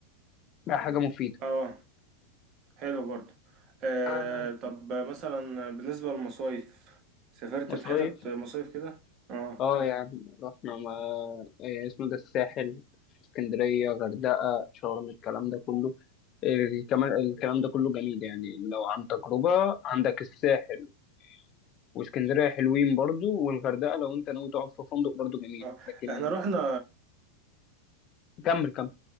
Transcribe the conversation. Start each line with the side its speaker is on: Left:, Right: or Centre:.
Left: بقى حاجه مفيده
Right: أه حلو برضو آه
Left: آه،
Right: طب مثلا بالنسبة للمصايف سافرت
Left: مصايف
Right: في حتت مصايف كده؟ أه
Left: اه يعني رحنا ما آه، اسمه ده الساحل اسكندريه غردقه شرم الكلام ده كله الكلام الكلام ده كله جميل يعني لو عن تجربه عندك الساحل واسكندريه حلوين برضو والغردقه لو انت ناوي تقعد في فندق برضو جميل
Right: آه،
Left: لكن
Right: احنا رحنا
Left: كمل كمل